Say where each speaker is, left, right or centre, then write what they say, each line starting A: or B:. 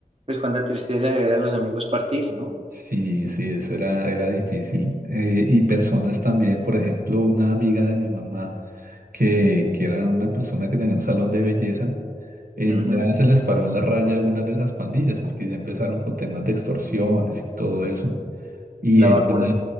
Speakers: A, on the right; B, on the right.
A: pues cuánta tristeza de ver a los amigos partir, ¿no?
B: Sí, sí, eso era, era difícil. Eh, y personas también, por ejemplo, una amiga de mi mamá, que, que era una persona que tenía un salón de belleza, ella
A: Ujú.
B: se les paró en la raya a algunas de esas pandillas, porque ya empezaron con temas de extorsiones y todo eso. Y
A: La
B: ella,
A: vacuna,